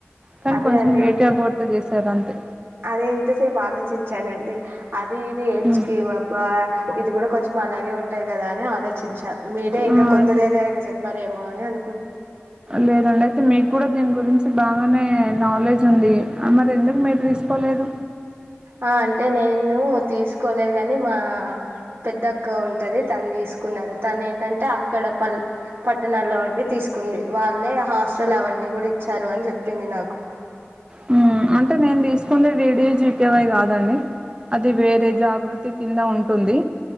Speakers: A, on the right (about 20°); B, on the right (about 60°).
A: కానీ
B: అదే
A: కొంచెం
B: అండి
A: లేట్ గా గుర్తు చే సరే అంతే
B: అదే ఇంతసేపు ఆలోచించానండి అది ఇది ఏం
A: హ్మ్.
B: స్కీమ్ అబ్బా ఇది కూడా కొంచెం అలాగే ఉంటాయి కదా అని ఆలోచించారు అంటే ఇంకా
A: ఆ!
B: కొత్తదేదైన
A: అంటే
B: చెప్పారే మానే అ
A: లేదండి అయితే మీకు కూడా దీని గురించి బాగానే నాలెడ్జ్ ఉంది మరి ఎందుకు మీరు తీసుకోలేదు
B: ఆ అంటే నేను తీస్ తీకోలేదు కాని మా పెద్దక్క ఉంటది తను తీసుకున్నారు తను ఏంటంటే అక్కడ పల్ పట్టణాలో ఉండి తీసుకుంది వాళ్ళే హాస్టల్ అవన్నీ కూడా ఇచ్చారు అని చెప్ చెప్పింది నాకు
A: హ్మ్. అంటే నేను తీసుకుంటే డీడీ జీపివై కాదండి అదిే వేర జాగృతి కింద ఉంటుంది